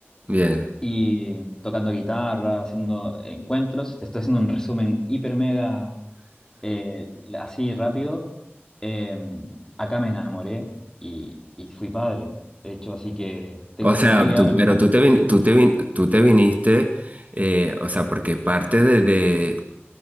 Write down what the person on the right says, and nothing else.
Bien.
O sea,
tú,
pero tú te, vin- tú te, vin- tú te viniste, eh, o sea, porque parte de,